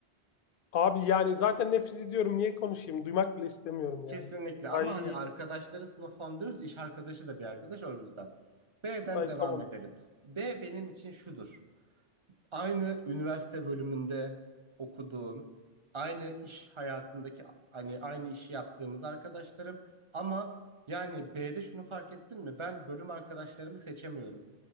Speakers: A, on the left; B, on the right.
A: Abi yani zaten nefret ediyorum. Niye konuşayım? Duymak bile istemiyorum yani.
B: Kesinlikle ama
A: Ay,
B: hani arkadaşları sınıflandırıyoruz. İş arkadaşı da bir arkadaş o yüzden. B'den
A: ay
B: devam
A: tamam.
B: edelim. B benim için şudur aynı üniversite bölümünde okuduğum, aynı iş hayatındaki hani aynı işi yaptığımız arkadaşlarım ama yani B'de şunu fark ettin mi? Ben bölüm arkadaşlarımı seçemiyorum.